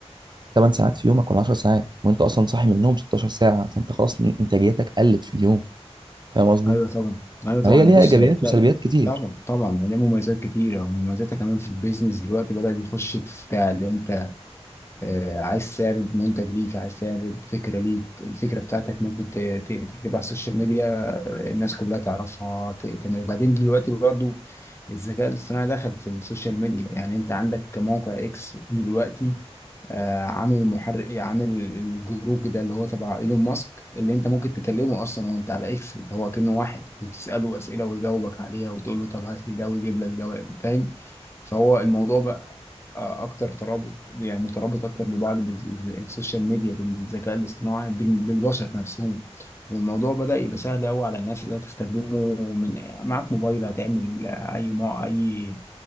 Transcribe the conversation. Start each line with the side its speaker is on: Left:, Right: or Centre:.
Right: 8 ساعات في يومك ولا 10 ساعات وانت اصلا صاحي من النوم 16 ساعه فانت خلاص انتاجيتك قلت في اليوم فاهم قصدي
Left: ايوه طبعا ايوه طبعا
Right: فهي ليها
Left: بص
Right: ايجابيات
Left: هي تلاقي
Right: وسلبيات كتير
Left: طبعا طبعا ليها مميزات كتيره ومميزاتها كمان في البيزنس دلوقتي بدأ يخش في بتاع اللي انت آه، عايز تعرض منتج ليك عايز تعرض فكرة ليك الفكرة بتاعتك ممكن ت- ت- تكتبها على السوشيال ميديا آه، الناس كلها تعرفها ت- تعمل بعدين دلوقتي برضو الذكاء الاصطناعي دخل في السوشيال ميديا يعني انت عندك موقع اكس دلوقتي آه، عامل محرك عامل الجروب ده اللي هو تبع ايلون ماسك اللي انت ممكن تكلمه اصلا وانت على اكس اللي هو كأنه واحد وتسأله اسئلة ويجاوبك عليها وتقول له طب هات لي ده ويجيب لك ده فاهم فهو الموضوع بقى آه، اكتر ترابط يعني مترابط اكتر ببعض بال- السوشيال ميديا بالذكاء الاصطناعي بال- بالبشر نفسهم والموضوع بدأ يبقى سهل قوي على الناس اللي هتستخدمه من معاك موبايل هتعمل آه، اي ما اي